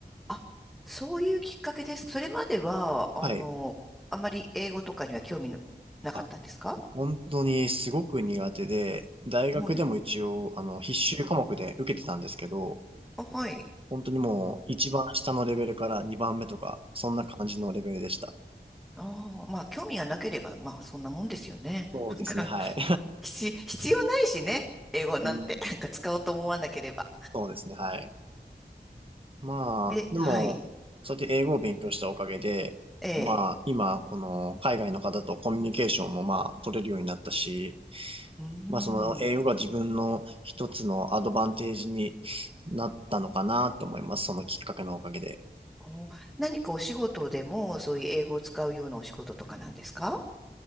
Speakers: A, in the centre; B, on the right (about 30°).
A: あ、そういうきっかけです。それまでは、あの、
B: はい。
A: あまり英語とかには興味ななかったんですか
B: あ本当にすごく苦手で、大学でも一応、
A: はい。
B: あの、必修科目で受けてたんですけど、
A: あ、はい。
B: 本当にもう一番下のレベルから2番目とか、そんな感じのレベルでした。
A: ああ、まあ、興味がなければ、まあ、そんなもんですよね。
B: そうですね、
A: <laughs> なんか、
B: はい。
A: 必、必要ないしね。英語なんて、
B: <laughs> うん、
A: <laughs> なんか使おうと思わなければ。
B: そうですね、はい。まあ、
A: で、
B: でも、
A: はい。
B: そうやって英語を勉強したおかげで、
A: ええ。
B: まあ、今、この海外の方とコミュニケーションもまあ、取れるようになったし、
A: うー
B: まあ、その英語が自分の一つのアドバンテージに
A: ん。
B: なったのかなと思います。そのきっかけのおかげで。
A: お、何かお仕事でも、そういう英語を使うようなお仕事とかなんですか